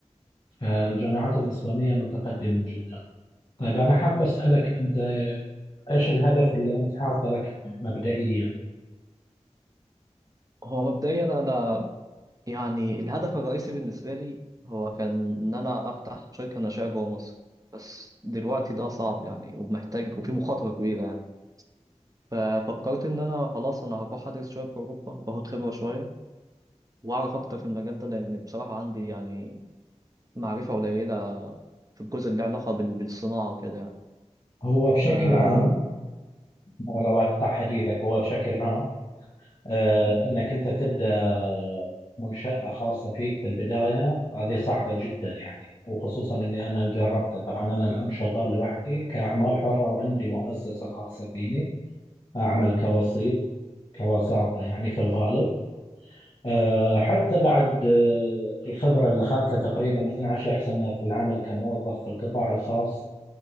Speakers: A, on the left; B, on the right.
A: فالجامعات الإسبانية متقدمة جدا طيب أنا حاب أسألك أنت ايش الهدف اللي انت حاطه لك مبدئيا
B: هو مبدئيا أنا يعني الهدف الرئيسي بالنسبة لي هو كان إن أنا أفتح شركة ناشئة جوه مصر بس دلوقتي ده صعب يعني ومحتاج وفي مخاطرة كبيرة يعني ففكرت إن أنا خلاص أنا هروح أدرس شوية في أوروبا وآخد خبرة شوية وأعرف أكتر في المجال ده لأن بصراحة عندي يعني معرفة قليلة في الجزء اللي له علاقة بال- بالصناعة وكده يعني
A: هو بشكل
B: ف
A: عام ولو
B: م-
A: اقطع حديثك هو بشكل عام آه
B: م-
A: انك انت تبدا منشاه خاصه فيك في البدايه هذه صعبه جدا يعني وخصوصا اني انا جربتها طبعا انا الان شغال لوحدي كاعمال حره وعندي مؤسسه خاصه فيني اعمل كوسيط كوساطه يعني في الغالب آه حتى بعد آه الخبره اللي اخذتها تقريبا 12 سنه في العمل كموظف في القطاع الخاص